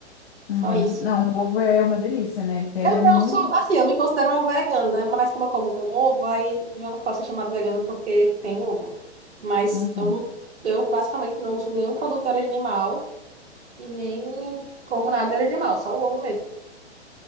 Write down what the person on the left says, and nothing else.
Uhum.
Não, o ovo é uma delícia, né? Então,
Ele é
muito.
Uhum.